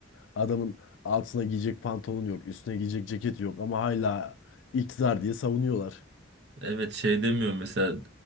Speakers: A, on the left; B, on the right.
A: Adamın altına giyecek pantolon yok, üstüne giyecek ceket yok ama hala iktidar diye savunuyorlar.
B: Evet şey demiyor mesela.